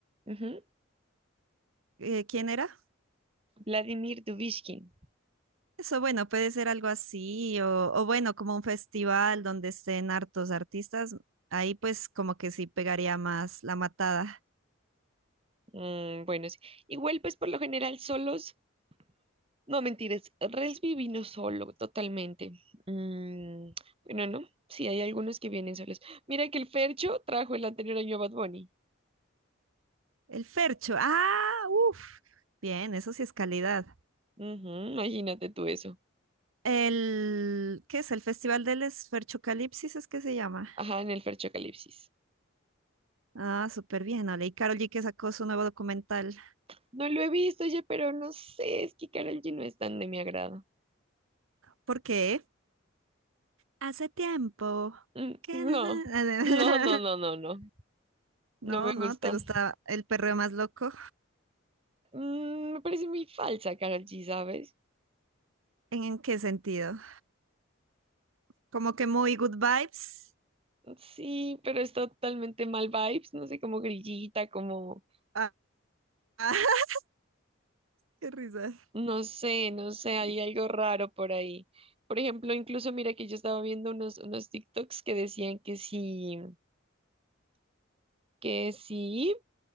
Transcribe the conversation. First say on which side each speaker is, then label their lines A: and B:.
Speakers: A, on the right (about 30°); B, on the right (about 75°).
A: Ujú.
B: eh, ¿quién era?
A: Vladimir Dubishkin.
B: Eso bueno, puede ser algo así o, o bueno, como un festival donde estén hartos artistas, ahí pues como que sí pegaría más la matada.
A: Mm, bueno, sí. Igual, pues por lo general solos, no mentiras, Relsby vino solo, totalmente. Mm, bueno, no, sí, hay algunos que vienen solos. Mira que el Fercho trajo el anterior año a Bad Bunny.
B: El Fercho, ah, uff, bien, eso sí es calidad.
A: Ujú, imagínate tú eso.
B: El, ¿qué es? El Festival del Esferchocalipsis es que se llama.
A: Ajá, en el Fercho Calipsis.
B: Ah, súper bien, Ale. Y Karol G que sacó su nuevo documental.
A: No lo he visto, oye, pero no sé, es que Karol G no es tan de mi agrado.
B: ¿Por qué? Hace tiempo.
A: Mm,
B: ¿Qué?
A: no,
B: no sé. <laughs>
A: no, no, no, no, no,
B: No,
A: no me gusta.
B: no, ¿te gusta el perreo más loco?
A: Mm, me parece muy falsa Karol G, ¿sabes?
B: ¿En qué sentido? Como que muy good vibes.
A: Sí, pero es totalmente mal vibes, no sé, como grillita, como,
B: Ah, ah, <laughs> qué risa.
A: no sé, no sé, hay
B: Y-
A: algo raro por ahí. Por ejemplo, incluso mira que yo estaba viendo unos, unos TikToks que decían que sí, que sí